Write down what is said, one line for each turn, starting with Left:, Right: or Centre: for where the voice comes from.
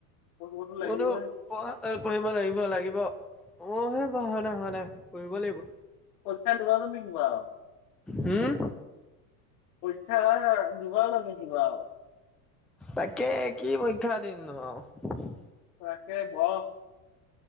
Left: পঢ়িবতো লাগিবই
Centre: মইতো পঢ়া-পঢ়িব লাগিব- লাগিব। মোৰ হে পঢ়া শুনা হোৱা নাই, পঢ়িব লাগিব।
Left: পৰীক্ষা কিমান <unintelligible> আৰু।
Centre: উম?
Left: পৰীক্ষা হয় নহয়, <unintelligible> আৰু।
Centre: তাকে, কি পৰীক্ষা দিম নো‌‌ আৰু।
Left: তাকে ঘ <unintelligible>